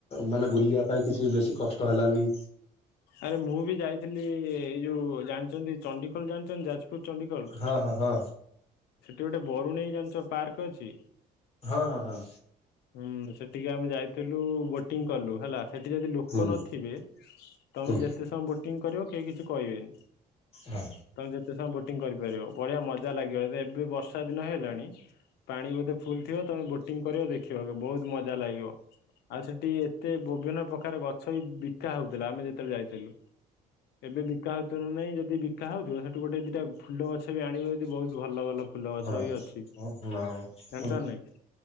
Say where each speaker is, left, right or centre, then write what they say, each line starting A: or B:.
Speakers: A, on the left; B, on the left.
A: ମାନେ ବୁଲିବା ପାଇଁ କିଛି ବେଶୀ କଷ୍ଟ ହେଲାନି।
B: ଆରେ ମୁଁ ବି ଯାଇଥିଲି ଏଇ ଯୋଉ ଜାଣିଚନ୍ତି, ଚଣ୍ଡିଖୋଲ ଜାଣିଚନ୍ତି, ଯାଜପ୍ ପୁର ଚଣ୍ଡିଖୋଲ,
A: ହଁ ହଁ ହଁ
B: ସେଠି ଗୋଟେ ବରୁଣେଇ ଜାଣିଚ ପାର୍କ ଅଛି
A: ହଁ ହ ହ।
B: ହୁଁ ସେଠିକେ ଆମେ ଯାଇଥିଲୁ, ବୋଟିଂ କଲୁ ହେଲା, ସେଠି ଯଦି ଲୋକ
A: ହୁଁ
B: ନଥିବେ ତମେ
A: ହୁଁ
B: ଯେତେ ସମୟ ବୋଟିଂ କରିବ, କେହି କିଛି କହିବେନି।
A: ହଁ
B: ତମେ ଯେତେ ସମୟ ବୋଟିଂ କରିପାରିବ, ବଢିଆ ମଜା ଲାଗିବ, ଏ ଏବେ ବର୍ଷା ଦିନ ହେଇ ଗଲାଣି ପାଣି ବୋଧେ ଫୁଲ ଥିବ ତମେ ବୋଟିଂ କରିବ ଦେଖିବ, ବହୁତ ମଜା ଲାଗିବ। ଆଉ ସେଠି ଏତେ ବିଭିନ୍ନ ପ୍ରକାର ଗଛ ବି ବିକା ହଉଥିଲା, ଆମେ ଯେ ଯେତେବେଳେ ଯାଇଥିଲୁ, ଏବେ ବିକା ହଉଥିବନା ନାଇଁ, ଯଦି ବି ବିକାହଉଥିବ ସେଠୁ ଗୋଟେ ଦିଟା ଫୁଲ ଗଛ ବି ଆଣିବ, ଯଦି ବହୁତ୍ ଭଲ ଭଲ ଫୁଲ ଗଛ
A: ହଁ
B: ବି ଅଛି,
A: ହଁ।
B: ଜାଣିଚ ନା ନାଇଁ?